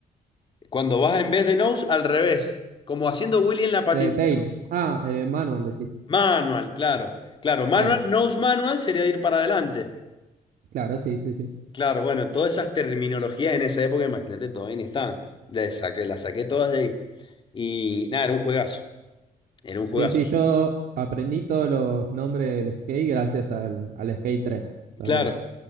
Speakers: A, on the left; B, on the right.
A: Cuando vas en vez de nose, al revés, como haciendo Willy en la patineta.
B: eh, Tail. Ah, eh, Manuel decís.
A: Manual, claro, claro, manual,
B: Claro,
A: nose manual sería ir para adelante.
B: claro, sí, sí, sí.
A: Claro, bueno, todas esas terminologías en esa época, imagínate, todavía ni estaban. Las saqué, las saqué todas de ahí. Y nada, era un juegazo. Era un juegazo.
B: Sí, sí, yo aprendí todos los nombres del skate gracias al, al Skate tres también.
A: Claro,